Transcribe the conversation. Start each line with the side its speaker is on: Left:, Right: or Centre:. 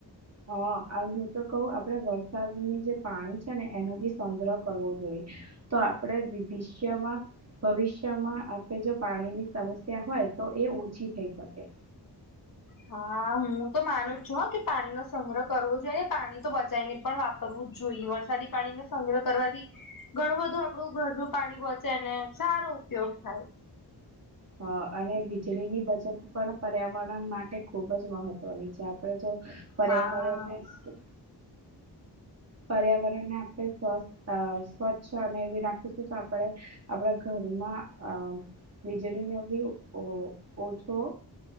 Right: હ, આ હું તો કવ આપળે વરસાદની જે, પાણી છે ને એનું બી સંગ્રહ કરવો જોઈએ, તો આપળે વિભિષ્યમાં, ભવિષ્યમાં આપળે જે પાણીની સમસ્યા હોય તો એ ઓછી થઈ શકે.
Left: હા, હું તો માનું જ છું હ કે પાણી નો સંગ્રહ કરવો જોઈએ પાણી તો બચાય ને પણ વાપ કરવું જ જોઈએ, વરસાદી પાણીન સંગ્રહ કરવાથી, ઘણું બધું આપળુ ઘરનું પાણી બચેને સારો ઉપયોગ થાય.
Right: હ, અને વીજળી ની બચત, પણ પર્યાવરણ માટે ખુબ જ મહત્વની છે આપળે જો પર્યાવરણને,
Left: હા
Right: સ- પર્યાવરણને આપળે સ્વસ્તઃ અ સ્વચ્છ ને એવી રાખીશું તો આપળે આપળા ઘરમાં અ વીજળી નો બી ઓ ઓછો